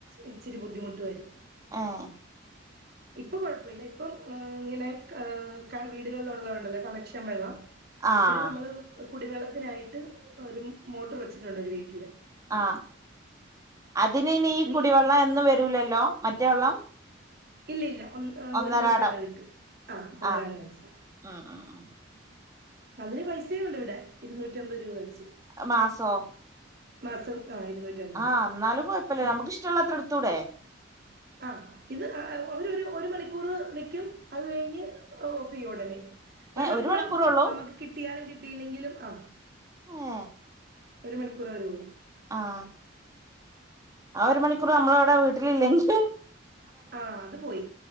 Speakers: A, on the right; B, on the right.
A: ഇച്ചിരി ബുദ്ധിമുട്ട് വരും
B: ഏഹ്
A: ഇപ്പൊ കുഴപ്പൊല്ല ഇപ്പം ഇങ്ങനെ <unintelligible> വീടുകളില് ഉള്ളതുകൊണ്ടല്ലോ കണക്ഷൻ വെള്ളം
B: ആഹ്
A: പിന്നെ നമ്മള് <unintelligible> കുടിവെള്ളത്തിനായിട്ട് ഒരു മോട്ടർ വച്ചിട്ടുണ്ട് ഒരു വീട്ടില്
B: ആഹ് അതിനൈന് ഈ
A: നീ
B: കുടിവെള്ളം എന്നും വരൂലല്ലോ മറ്റേ വെള്ളം
A: ഇല്ല്യഇല്ല ഒ
B: ഒന്നരാടം
A: ഒരു ദിവസം ഇട വിട്ട് ആ ഒന്നരാടം
B: ആഹ്
A: വെച്ച്
B: ഉം ഉം ഉം
A: അതിന് പൈസയുണ്ട് ഇവിടെ ഇരുന്നൂറ്റി അമ്പത് രൂപ വെച്ച്
B: അ <inaudible> മാസോ
A: മാസം ആ ഇരുന്നൂറ്റമ്പത്.
B: ആ എന്നാലും കുഴപ്പല്ല നമുക്കിഷ്ടമുള്ളത്ര എടുത്തുടെ
A: ആഹ് ഇത് <unintelligible> അവര് ഒരു മണിക്കൂറ് വെ <unintelligible> ക്ക്യും അത് കഴിഞ്ഞ് ഓഫ്യ്യൊടനെ ഒരു
B: ഏഹ്
A: മണിക്കൂർ
B: മണിക്കൂറൊള്ളൂ
A: ആകുമ്പോ നമുക്ക് കിട്ടിയാലും കി കിട്ടിയില്ലെങ്കിലും ആഹ്
B: എഹ്
A: ഒരു മണിക്കൂർ വരെള്ളൂ
B: ആഹ് ആ ഒരു മണിക്കൂർ നമ്മള് അവിടെ വീട്ടില് ഹ് <inaudible> ഇല്ലെങ്കി
A: ആ അത് പോയി